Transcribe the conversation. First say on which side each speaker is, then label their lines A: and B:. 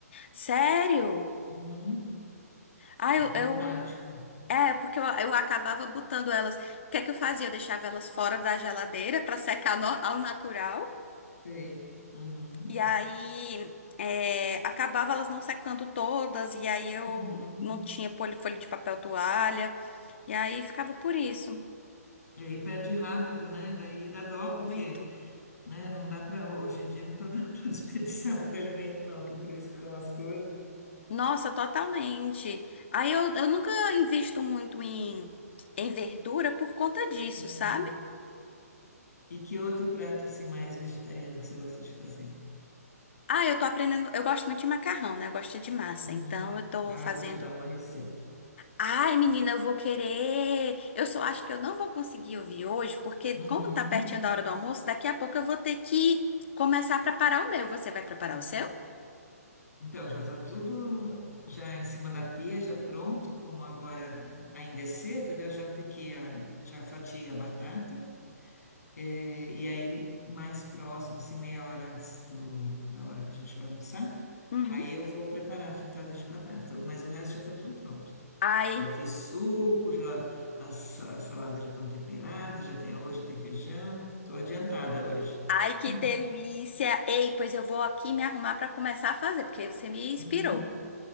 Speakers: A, on the left; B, on the left.
A: Sério?
B: Uhum.
A: Ah,
B: É
A: eu,
B: bem
A: eu
B: prático.
A: É, porque eu, eu acabava botando elas. O que é que eu fazia? Eu deixava elas fora da geladeira para secar no- ao natural.
B: Sei. Uhum.
A: E aí é, acabava elas não secando todas. E aí eu
B: Uhum.
A: não tinha poli- folha de papel toalha. E aí ficava por isso.
B: E aí perde rápido, né? Daí dá dó, porque,
A: Muito.
B: né, não dá para hoje em dia não tá dando <laughs> para desperdiçar muito alimento não, que o preço estão as coisas.
A: Nossa, totalmente. Aí eu, eu nunca invisto muito em, em verdura por conta disso,
B: Uhum.
A: sabe?
B: E que outro prato assim mais vegetariano que você gosta de fazer?
A: Ah, eu tô aprendendo. Eu gosto muito de macarrão, né? Eu gosto de massa.
B: Uhum.
A: Então eu tô
B: Ah,
A: fazendo.
B: vou te dar uma receita.
A: Ai, menina, eu vou querer. Eu só acho que eu não vou conseguir ouvir hoje, porque
B: Uhum.
A: como tá pertinho da hora do almoço, daqui a pouco eu vou ter que começar a preparar o meu. Você vai preparar o seu?
B: Então, já está tudo já em cima da pia, já pronto, como agora ainda é cedo, né? Eu já piquei a, já fatiei a batata, eh, e aí mais próximo, assim, meia hora antes do, da hora que a gente vai almoçar,
A: Uhum.
B: aí eu vou preparar a fritada de batata, mas o resto já está tudo pronto.
A: Ai,
B: Já fiz suco, já as, sa- as saladas já estão temperadas, já tem arroz, já tem feijão. Estou adiantada hoje.
A: ai, que
B: <laughs>
A: delícia! Ei, pois eu vou aqui me arrumar pra começar a fazer, porque você me inspirou.
B: Uhum.